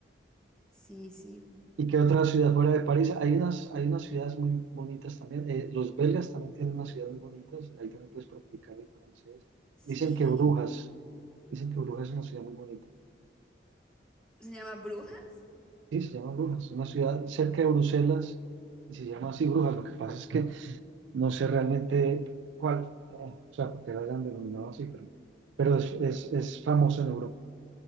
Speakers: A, in the centre; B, on the right (about 75°).
A: Sí, sí.
B: ¿Y qué otra ciudad fuera de París? Hay unas, hay unas ciudades muy bonitas también. Eh, los belgas también tienen unas ciudades muy bonitas. Ahí también puedes practicar el francés.
A: Sí,
B: Dicen que Brujas,
A: Sí,
B: dicen que Brujas es una ciudad muy bonita.
A: se llama Brujas.
B: Sí, se llama Brujas, es una ciudad
A: Ay,
B: cerca
A: qué chistoso.
B: de Bruselas y se llama así Brujas. Lo que pasa es que No sé realmente cuál, eh, o sea, porque la hayan denominado así, pero, pero es, es,
A: Ah,
B: es famosa en Europa.